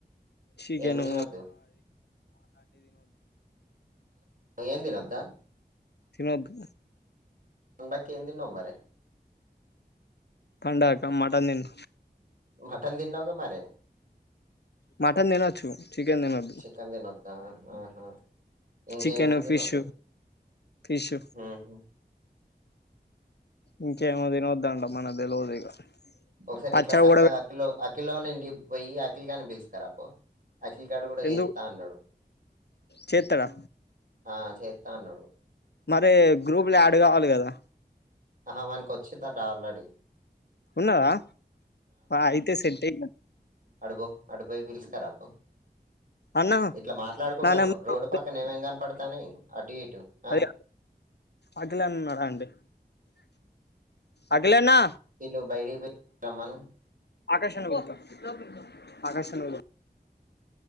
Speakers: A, on the left; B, on the right.
A: చికెన్
B: ఏమి తినొద్దు ఏం తినొద్దా
A: తినొద్దు
B: పండకి ఏం తిన్నావ్ మరి
A: పండక్క మటన్ తిన్న
B: మఠన్ తిన్నావుగా మరి
A: మటన్ తినొచ్చు చికెన్ తినొద్దు
B: చికెన్ తినొద్దా ఆహా ఇంకేం
A: చికెన్
B: తినద్దు
A: ఫిష్ ఫిష్
B: హ
A: ఇంకేమో దిన వద్దాంంట మనకు తెలవదు ఇగ
B: ఒకసారి
A: పచ్చడి
B: ఇట్లా చక్కగా
A: కూడా
B: అకిలో అకిలోని ఇంటి పోయి అఖల్ గానే పిలుసుకారు అప్పు అఖిల్ కాడు కూడా
A: ఎందుకు
B: చేస్తా అన్నాడు
A: చేత్తడా
B: ఆ చేతా అన్నడు
A: మరి గ్రూప్ లో యాడ్ కావాలి కదా
B: ఆహ వానికి వచ్చిదట ఆల్రెడీ
A: ఉన్నాదా అయితే సెట్ అయ
B: అడబో అడబోయి పిల్స్కపు
A: అన్నా
B: ఇట్లా మాట్లాడుకుంటడాను
A: నా నెంబర్
B: రోడ్డు పక్కనే ఏమేం కనపడతానే అటు ఇటు ఆ
A: అది అకిలాన ఉన్నారా అండి అకిలానా
B: ఇలు బయట రమ్మాను
A: ఆకాశన్న పిలుస్తుండు ఆకాశన్న